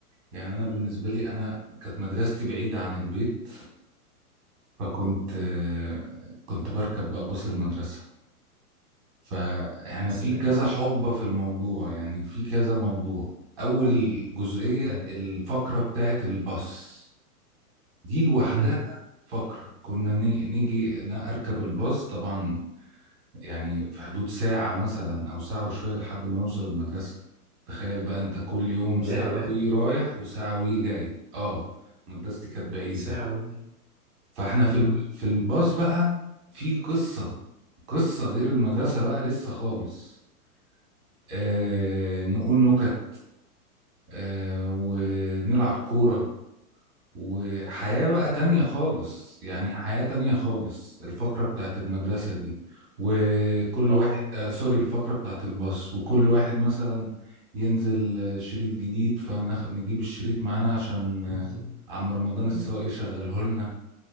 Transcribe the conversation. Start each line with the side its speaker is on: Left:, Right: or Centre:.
Right: يعني انا بالنسبه لي انا كانت مدرستي بعيده عن البيت فكنت آه، كنت بركب بقى باص المدرسه فاحنا
Left: سلام
Right: في كذا حقبه في الموضوع يعني في كذا موضوع اول جزئيه
Left: مم.
Right: الفقره بتاعت الباص دي لوحدها
Left: مم.
Right: فقرة كنا ني- نيجي ن- أركب الباص طبعا يعني في حدود ساعة مثلا أو ساعة وشوية لحد ما نوصل المدرسة تخيل بقى أنت كل يوم
Left: ياه
Right: ساعة وي رايح وساعة وي جاي أه مدرستي كانت بعيدة
Left: ساعة دي
Right: فإحنا
Left: مم.
Right: في الم- في الباص بقى في قصة قصة غير المدرسة بقى لسه خالص آه نقول نكت آه ونلعب كورة وحياة بقى تانية خالص يعني حياة تانية خالص الفقرة بتاعت المدرسة دي وكل
Left: آه
Right: واحد آه سوري الفقرة بتاعت الباص وكل واحد مثلا ينزل آه، شريط جديد فنجيب الشريط معانا عشان آه،
Left: <laughs>
Right: عم رمضان السواق
Left: مم.
Right: يشغله لنا